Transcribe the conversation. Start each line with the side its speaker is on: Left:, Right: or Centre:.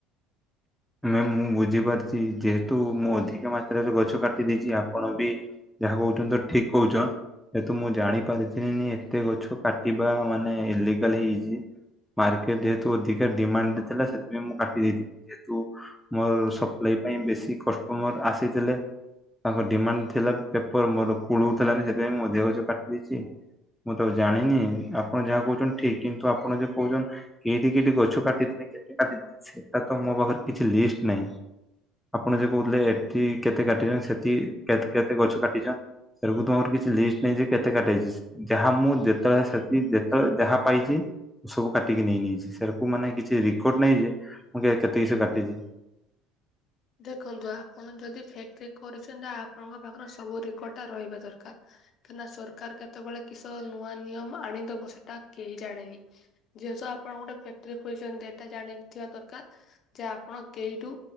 Centre: ମୁଁ ବୁଝିପାରିଛି ଯେହେତୁ ମୁଁ ଅଧିକ ମାତ୍ରାରେ ଗଛ କାଟି ଦେଇଛି ଆପଣ ବି ଯାହା କହୁଛନ୍ତି ତ ଠିକ କହୁଛ। ଯେହେତୁ ମୁଁ ଜାଣି ପାରିଥିଲିିନି ଏତେ ଗଛ କାଟିବା ମାନେ ଇଲିଗାଲ ହେଇଛି। ମାର୍କେଟ ଯେହେତୁ ଅଧିକା ଡିମାଣ୍ଡ ଥିଲା ସେଥିପାଇଁ ମୁଁ କାଟିଦେଇ <inaudible> ମୋର ସପ୍ଲାଇ ପାଇଁ ବେଶୀ କଷ୍ଟମର ଆସିଥିଲେ। ତାଙ୍କ ଡିମାଣ୍ଡ ଥିଲା ପେପର ମୋର କୁଳଉ ଥିଲାନି ସେଥିପାଇଁ ମୁଁ ଅଧିକ ଗଛ କାଟି ଦେଇଛି। ମୁଁ ତ ଆଉ ଜାଣିନି ଆପଣ ଯାହା କହୁଛନ୍ତି ଠିକ କିନ୍ତୁ ଆପଣ ଯେ କହୁଛ କେଠି କେଠି ଗଛ କାଟିଥିଲେ କେତେ କାଟିଥିଲେ ସେଟା ତ ମୋ ପାଖରେ କିଛି ଲିଷ୍ଟ ନାହିଁ। ଆପଣ ଯେ କହୁଥିଲେ ଏଠି କେତେ କାଟିଚ ସେଠି କେତେ ଗଛ କାଟିଛ? ସେରକୁ ମୋରତ କିଛି ଲିଷ୍ଟ ନାଁଇ ଯେ କେତେ କାଟା ହେଇଛି? ଯାହା ମୁଁ ଯେତେବେଳେ ସେଠି ଯେତେବେଳେ ଯାହା ପାଇଛି ସବୁ କାଟିକି ନେଇଜାଇଛି ସେରାକୁ ମାନେ କିଛି ରେକର୍ଡ ନାହିଁ ଯେ ମୁଁ କେତେ କିସ କାଟିଛି?
Left: ଦେଖନ୍ତୁ ଆପଣ ଯଦି ଫ୍ୟାକ୍ଟ୍ରି କରିଛନ୍ତି ଆପଣଙ୍କ ପାଖରେ ସବୁ ରେକର୍ଡଟା ରହିବା ଦରକାର। କାହିଁକିନା ସରକାର କେତେବେଳେ କିସ ନୂଆ ନିୟମ ଆଣିଦବ ସେଟା କେହି ଜାଣେନି? ଯେହେତୁ ଆପଣ ଗୋଟେ ଫ୍ୟାକ୍ଟ୍ରି ଖୋଲିଛନ୍ତି ଏଇଟା ଜାଣିଥିବା ଦରକାର ଯେ ଆପଣ କେଇଠୁ